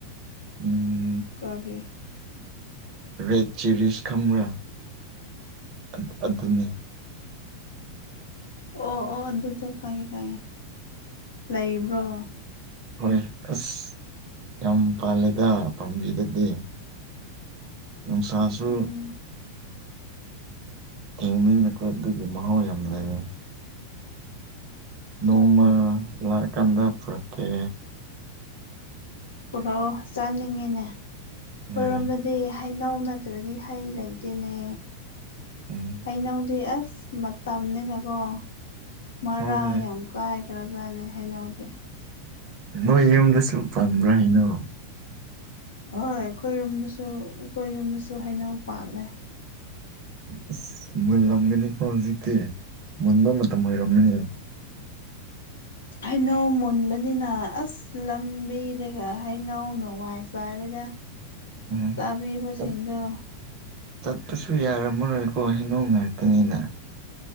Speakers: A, on the right; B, on the left.
A: ꯎꯝ
B: ꯀꯔꯤ
A: ꯔꯦꯠ ꯆꯤꯔꯤꯁ ꯈꯪꯕ꯭ꯔꯥ ꯑꯗ ꯑꯗꯨꯅꯦ
B: ꯑꯣ ꯑꯣ ꯑꯗꯨꯗꯣ ꯈꯪꯉꯦ ꯈꯪꯉꯦ ꯂꯩꯕ꯭ꯔꯣ
A: ꯍꯣꯔꯦ ꯑꯁ ꯌꯥꯝ ꯄꯥꯜꯂꯦꯗ ꯄꯥꯝꯕꯤꯗꯗꯤ ꯅꯨꯡꯁꯥꯁꯨ
B: ꯎꯝ
A: ꯊꯦꯡꯃꯤꯅ ꯑꯗꯨꯒꯤ ꯃꯍꯥꯎ ꯌꯥꯝꯅ ꯂꯩꯌꯦ ꯅꯣꯡꯃ
B: ꯑꯣ
A: ꯂꯥꯛꯀꯥꯟꯗ ꯄꯨꯔꯛꯀꯦ
B: ꯄꯨꯔꯛꯑꯣ ꯆꯥꯅꯤꯡꯉꯤꯅꯦ ꯑꯩꯣꯏꯔꯣꯝꯗꯗꯤ
A: ꯍꯣꯏ
B: ꯍꯩꯅꯧ ꯅꯠꯇ꯭ꯔꯗꯤ ꯍꯩ ꯂꯩꯇꯦꯅꯦ
A: ꯎꯝ
B: ꯍꯩꯅꯧꯗꯤ ꯑꯁ ꯃꯇꯝꯅꯤꯅꯤꯅꯀꯣ ꯃꯔꯥꯡ
A: ꯍꯣꯏ ꯍꯣꯏ
B: ꯌꯥꯝ ꯀꯥꯏꯈ꯭ꯔꯖꯥꯠꯅ ꯍꯥꯏꯅꯧꯗꯦ
A: ꯅꯣꯏ ꯌꯨꯝꯗꯁꯨ ꯄꯕ꯭ꯔꯥ ꯍꯥꯏꯩꯅꯣ
B: ꯍꯣꯏ ꯑꯩꯈꯣꯏꯔꯣꯝꯗꯁꯨ ꯑꯩꯈꯣꯏꯔꯣꯝꯗꯁꯨ ꯍꯩꯅꯧ ꯄꯥꯜꯂꯦ
A: ꯑꯁ ꯃꯨꯜꯂꯝꯒꯅꯤꯀꯣ ꯍꯧꯖꯤꯛꯇꯤ ꯃꯨꯟꯕ ꯃꯇꯝ ꯑꯣꯏꯔꯝꯒꯅꯤ
B: ꯍꯩꯅꯧ ꯃꯨꯟꯕꯅꯤꯅ ꯑꯁ ꯂꯝꯕꯤꯔꯒ ꯍꯩꯅꯧꯅ ꯋꯥꯏ ꯆꯥꯏꯔꯗ
A: ꯎꯝ
B: ꯆꯥꯕꯤꯕꯁꯤꯡꯒ
A: ꯆꯠ ꯆꯠꯄꯁꯨ ꯌꯥꯔꯝꯃꯔꯣꯏꯀꯣ ꯍꯩꯅꯧ ꯉꯥꯛꯇꯅꯤꯅ